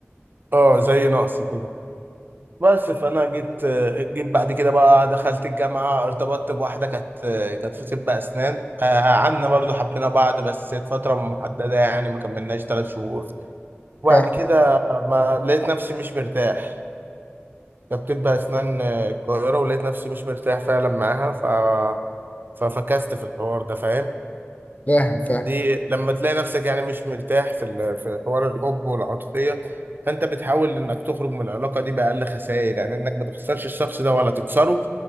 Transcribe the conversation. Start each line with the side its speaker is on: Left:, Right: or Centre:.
Right: اه زي نقص كده بس فانا جيت جيت بعد كده بقى دخلت الجامعه ارتبطت بواحده كانت كانت في طب اسنان آه، قعدنا برضو حبينا بعض بس فتره محدده يعني ما كملناش ثلاث شهور وبعد
Left: فاهم
Right: كده ما لقيت نفسي مش مرتاح كانت بتبقى اسنان آه، القاهره ولقيت نفسي مش مرتاح فعلا معاها ف ففكست في الحوار ده فاهم
Left: فاهم فاهم
Right: دي لما تلاقي نفسك يعني مش مرتاح في ال- في حوار الحب والعاطفيه فانت بتحاول انك تخرج من العلاقه دي باقل خسائر يعني انك ما تخسرش الشخص ده ولا تكسره